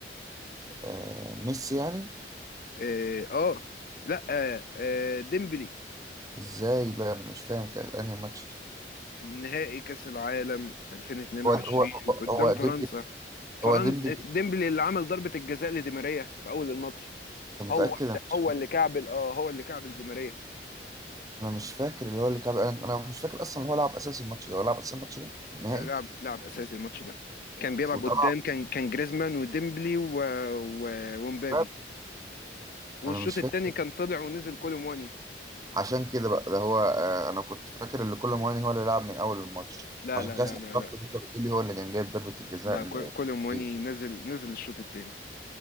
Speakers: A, on the right; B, on the left.
A: آه ميسي يعني
B: اه آه، لا آه، آه، ديمبلي
A: إزاي بقى أنا مش فاهم كان أنهي ماتش دي
B: نهائي كاس العالم 2022
A: هو هو
B: قدام
A: هو ديمبلي
B: فرنسا فرنسا
A: هو ديمبلي
B: ديمبلي اللي عمل ضربة الجزاء لدي ماريا في اول الماتش
A: أنت متأكد
B: هو
A: أنا مش
B: هو اللي كعبل اه هو اللي كعبل دي ماريا
A: أنا مش فاكر اللي هو اللي كعب أنا أنا مش فاكر أصلا هو لعب أساسي الماتش ده هو لعب أساسي الماتش ده نهائي
B: آه، لعب لعب اساسي الماتش ده كان بيلعب
A: وطلع
B: قدام كان كان جريزمان وديمبلي و... و... ومبابي
A: باب.
B: والشوط
A: أنا مش
B: التاني
A: فاكر
B: كان طلع ونزل كولومواني
A: عشان كده بقى ده هو آه، انا كنت فاكر ان كل مواني هو اللي لعب من اول الماتش
B: لا
A: عشان
B: لا
A: كده
B: لا
A: استغربت
B: لا لا
A: ان انت بتقولي هو اللي كان جايب ضربة الجزاء
B: لا
A: ل-
B: كو- كولومواني
A: ليه
B: نزل نزل الشوط التاني